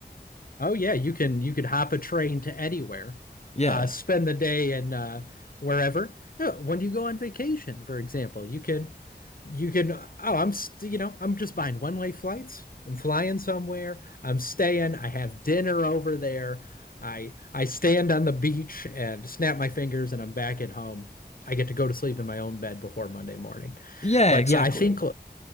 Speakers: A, on the left; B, on the left.
A: Oh yeah, you can you could hop a train to anywhere,
B: Yeah.
A: uh, spend the day in uh, wherever. Oh, when you go on vacation, for example, you can you can oh I'm st you know I'm just buying one-way flights. I'm flying somewhere. I'm staying. I have dinner over there. I I stand on the beach and snap my fingers, and I'm back at home. I get to go to sleep in my own bed before Monday morning.
B: Yeah,
A: But
B: exactly.
A: yeah, I think.